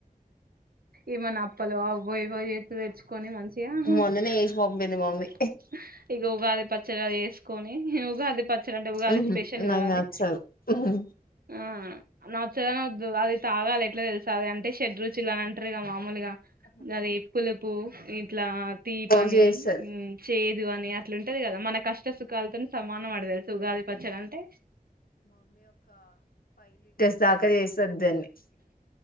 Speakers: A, on the right; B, on the left.
A: ఏమనా అప్పలు అవబోయవ ఎతు తెచ్చుకొని మంచి మహాఇక
B: మొన్ననే చేసి పంపింది మమ్మీ
A: ఉగాది పచ్చడి అది వేసుకొని ఉగాది పచ్చడి అంటే ఉగాది
B: ఉహు
A: స్పెషల్
B: నాకు
A: కదది
B: నచ్చదు ఉహు
A: ఆ నా చదా అది తాగాలి ఎట్లా తెలుస అంటేషడ్ రుచి ఇలా అంటారు క మామ మాలుగా అది ఎప్పులుపు ఇట్లా తీ
B: ఫోర్స్
A: పని
B: చేస్తది
A: ఉ చేయదు అని అట్లుంటది కదా మన కష్టసుకది కళ్తోని సమానం పడ తెలుసు ఉగాది పచ్చల అంటే
B: సక చేస్తుద్దాన్ని